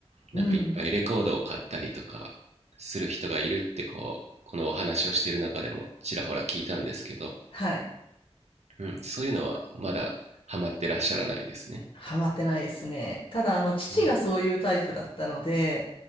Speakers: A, on the right (about 80°); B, on the left (about 55°).
A: なんかいっぱいレコードを買ったりとかする人がいるって、
B: うん。
A: こう、このお話をしてる中でもちらほら聞いたんですけど、
B: はい。
A: うん、そういうのはまだハマってらっしゃらないんですね。
B: ハマってないですね。ただ、あの、父がそういうタイプだったので、
A: うん。